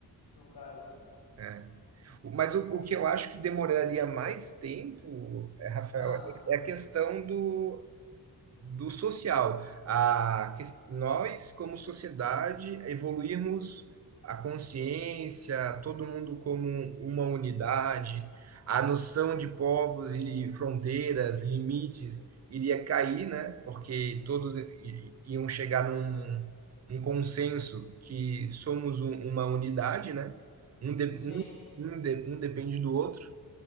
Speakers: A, on the left; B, on the right.
A: No caso.
B: é, Mas o, o que eu acho que demoraria mais tempo, eh, Rafael,
A: Ah,
B: é é a questão do, do social, a que nós, como sociedade, evoluirmos a consciência, todo mundo como uma unidade, a noção de povos e fronteiras, limites, iria cair, né? Porque todos i- iam chegar num, num consenso que somos um- uma unidade, né? Um, de-
A: sim,
B: um, um de- um depende do outro.